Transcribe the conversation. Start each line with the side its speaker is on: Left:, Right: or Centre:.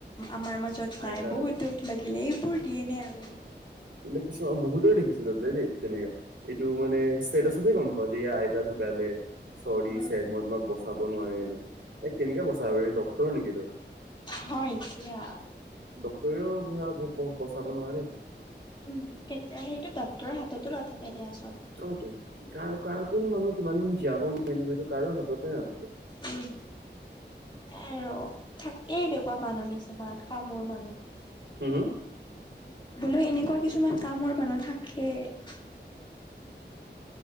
Left: আমাৰ মাজত নাই
Right: আইতা
Left: বহুত দুখ লাগিলে এইবোৰ দিন এনে আৰু
Right: কিন্তু কিছু বহুতৰে দেখিছো গৈ পেলাই দেই তেনেকা এইটো মানে চেচ পিচতহে গম পাওঁ যে ই আইতা ঢুকালে চৰি
Left: হয়
Right: চেছ মই তোমাক বচাব নোৱাৰিলো এ কেনেকে বচাব পাৰিবি ডক্তৰ নেকি তই
Left: হয় এতিয়া
Right: ডক্তৰেও ধৰা ব বচাব নোৱাৰে
Left: উম কেতিয়া সেইটো ডক্তৰৰ হাততো নাথাকে দিয়াচোন
Right: অ কাৰ কাৰ কোন মানুহ কিমান দিন জীয়াব মেলিব সেইটো কাৰো হাততে নাথাকে
Left: উম এ ৰ থাকেই এনেকুৱা মানুহ কিছুমান কামোৰ মানুহ
Right: হুম
Left: বোলো এনেকুৱা কিছুমান কামোৰ মানুহ থাকেই